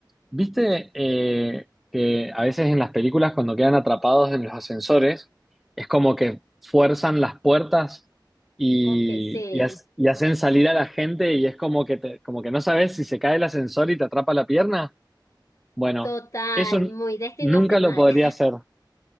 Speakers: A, in the centre; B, on the left.
A: ¿Viste eh, que a veces en las películas cuando quedan atrapados en los ascensores es como que fuerzan las puertas y,
B: Ok, sí,
A: y, hac- y hacen salir a la gente y es como que, te- como que no sabes si se cae el ascensor y te atrapa la pierna? Bueno,
B: total,
A: eso n-
B: muy destino
A: nunca
B: final,
A: lo podría
B: <laughs>
A: hacer.